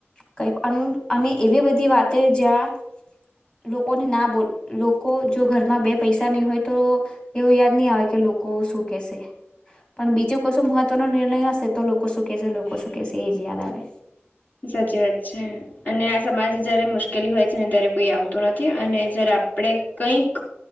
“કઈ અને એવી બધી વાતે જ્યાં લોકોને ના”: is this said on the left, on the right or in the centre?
Left